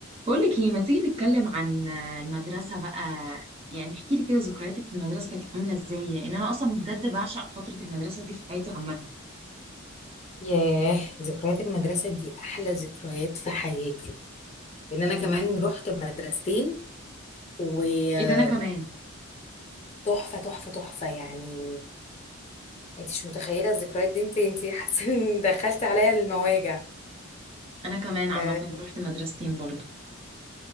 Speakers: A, on the right; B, on the left.
A: بقولك ايه ما تيجي نتكلم عن المدرسة بقى يعني احكي لي كده ذكرياتك في المدرسة كانت عاملة ازاي لان انا اصلا بجد بعشق فترة المدرسة دي في حياتي عامة
B: ياه ذكريات المدرسة دي أحلى ذكريات في حياتي لأن أنا
A: امم
B: كمان رحت مدرستين وبجد
A: ايه ده انا كمان
B: تحفة تحفة تحفة يعني أنت مش متخيلة الذكريات دي أنت أنت حاسة إن دخلت عليا المواجع
A: انا كمان عامة
B: أه
A: رحت مدرستين برضه